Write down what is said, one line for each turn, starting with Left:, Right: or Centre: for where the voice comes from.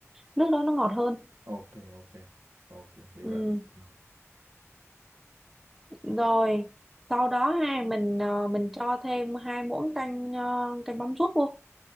Centre: nước đó nó ngọt hơn
Right: Ok ok. Ok, hiểu
Centre: ừ
Right: rồi. Ừ.
Centre: rồi sau đó ha mình ờ, mình cho thêm hai muỗng canh ờ, canh mắm ruốc vô